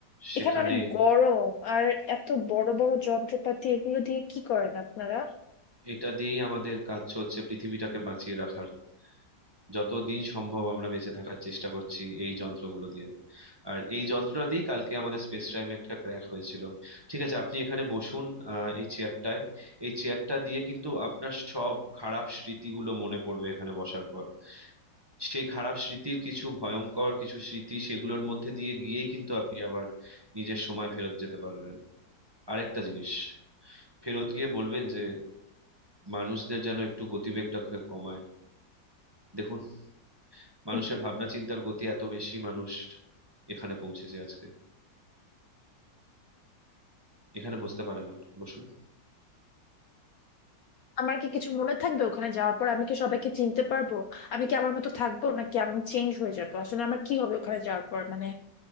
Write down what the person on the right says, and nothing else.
সেখানে
এটা দিয়েই আমাদের কাজ চলছে পৃথিবীটাকে বাঁচিয়ে রাখার যতদিন সম্ভব আমরা বেঁচে থাকার চেষ্টা করছি এই যন্ত্রগুলো দিয়ে আর এই যন্ত্রটা দিয়ে কালকে আমাদের স্পেস টাইমে একটা ক্র্যাক হয়েছিল ঠিক আছে আপনি এখানে বসুন আহ, এই চেয়ারটায় এই চেয়ারটা দিয়ে কিন্তু আপনার সব খারাপ স্মৃতিগুলো মনে পড়বে এখানে বসার পর সেই খারাপ স্মৃতির কিছু ভয়ঙ্কর কিছু স্মৃতি সেগুলোর মধ্যে দিয়ে গিয়েই কিন্তু আপনি আবার নিজের সময় ফেরত যেতে পারবেন আর একটা জিনিস ফেরত গিয়ে বলবেন যে মানুষদের যেন একটু গতিবেগটা কমায় দেখুন মানুষের
ভাবনা চিন্তার গতি এত বেশি মানুষ এখানে পৌঁছেছে আজকে এখানে বসতে পারেন আপনি বসুন